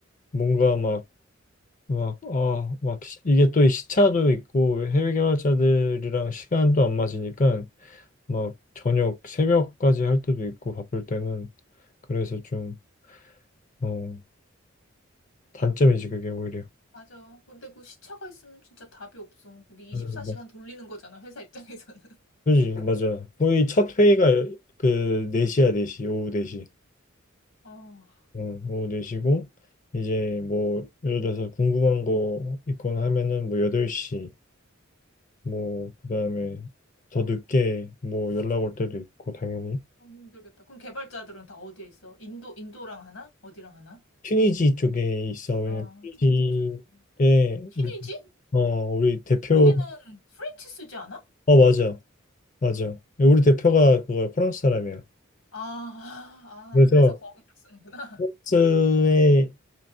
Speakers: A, on the left (about 40°); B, on the left (about 85°).
A: 뭔가 막, 막, 아, 막 시- 이게 또 시차도 있고 해외 개발자들이랑 시간도 안 맞으니까 막 저녁 새벽까지 할 때도 있고 바쁠 때는 그래서 좀, 어, 단점이지 그게 오히려.
B: 맞아. 근데 그 시차가 있으면 진짜 답이 없어. 그게 24시간
A: 음, 뭐,
B: 돌리는 거잖아, 회사 입장에서는. <laughs>
A: 그지, 맞아. 거의 첫 회의가 그 4시야, 4시, 오후 4시.
B: 아,
A: 어, 오후 네시고 이제 뭐, 예를 들어서 궁금한 거 있거나 하면은 뭐 8시, 뭐 그다음에 더 늦게 뭐 연락 올 때도 있고 당연히
B: 너무 힘들겠다. 그럼 개발자들은 다 어디에 있어? 인도, 인도랑 하나? 어디랑 하나?
A: 튀니지 쪽에 있어 왜냐면
B: 아,
A: 튀니지에
B: 티니지 쪽에. 티니지?
A: 우리 어 우리 대표
B: 거기는 프렌치 쓰지 않아?
A: 어 맞아 맞아 우리 대표가 그거 프랑스 사람이야
B: 아, 아,
A: 그래서
B: 아, 그래서 거기서 쓰는구나.
A: 프랑스에